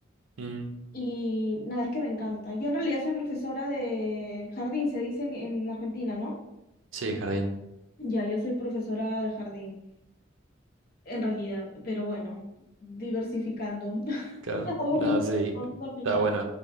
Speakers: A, on the right; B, on the left.
A: Mm,
B: y nada, es que me encanta. Yo en realidad soy profesora de jardín, se dice en, en Argentina, ¿no?
A: sí, jardín,
B: Ya, yo soy profesora de jardín, en realidad, pero bueno, diversificando. <laughs>
A: claro.
B: Hago
A: No,
B: un montón
A: sí,
B: de cosas al final.
A: está bueno,